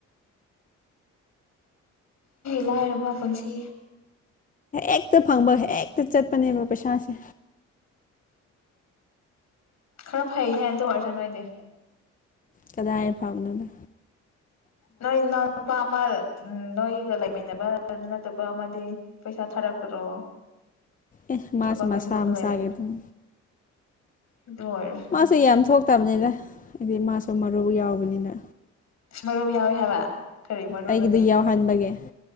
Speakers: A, on the left; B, on the left.
A: ꯂꯥꯏꯔꯕ ꯄꯨꯟꯁꯤ
B: ꯍꯦꯛꯇ ꯐꯪꯕ ꯍꯦꯛꯇ ꯆꯠꯄꯅꯦꯕ ꯄꯩꯁꯥꯁꯦ
A: ꯈꯔ ꯐꯩꯅꯦ ꯑꯗꯨ ꯑꯣꯏꯔꯁꯨ ꯅꯣꯏꯗꯤ
B: ꯀꯗꯥꯥꯏ ꯐꯥꯞꯅꯅ
A: ꯅ ꯏꯟꯅ ꯄꯃ ꯎꯝ ꯅꯣꯏꯒ ꯂꯩꯃꯤꯟꯅꯕ ꯅꯠꯇꯕ ꯑꯃꯗꯤ ꯄꯩꯁꯥ ꯊꯥꯔꯛꯇ꯭ꯔꯣ
B: ꯑꯦ ꯃꯥꯁꯨ
A: ꯊꯕꯛꯀꯤ
B: ꯃꯥꯁ
A: ꯃꯐꯝꯗ
B: ꯃꯁꯥꯒꯦ
A: ꯂꯩꯕꯅꯦ
B: ꯑꯗꯨꯝ
A: ꯑꯗꯨ ꯑꯣꯏꯔꯁꯨ
B: ꯃꯥꯁꯦ ꯌꯥꯝ ꯊꯣꯛꯇꯕꯅꯤꯅ ꯍꯥꯏꯗꯤ ꯃꯥꯁꯨ ꯃꯔꯨ ꯌꯥꯎꯕꯅꯤꯅ
A: ꯃꯔꯨ ꯌꯥꯎꯏꯦ ꯍꯥꯏꯕ ꯀꯔꯤ ꯃꯔꯨꯔꯅꯦ
B: ꯑꯩꯒꯤꯗꯨ ꯌꯥꯎꯍꯟꯕꯒꯦ